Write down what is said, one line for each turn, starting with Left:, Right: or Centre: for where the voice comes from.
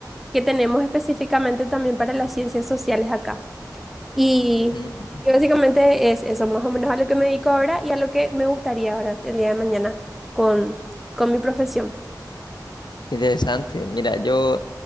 Centre: que tenemos específicamente también para las ciencias sociales acá. Y,
Left: Mm,
Centre: y básicamente es eso, más o menos a lo que me dedico ahora y a lo que me gustaría, ¿verdad?, el día de mañana con, con mi profesión.
Left: qué interesante. Mira, yo...